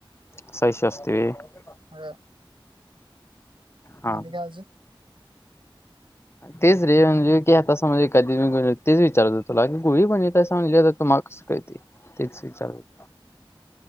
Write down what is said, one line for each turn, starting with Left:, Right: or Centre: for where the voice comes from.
Left: सहिश अस असतव
Right: ह
Left: हा
Right: आणि <unintelligible>
Left: तेच रे म्हणजे की आता समज ए कधी <unintelligible> तेच विचारत तुला की गुळी पण येत स म्हगली जात तु्हाला कस कळतंय तेच विचारत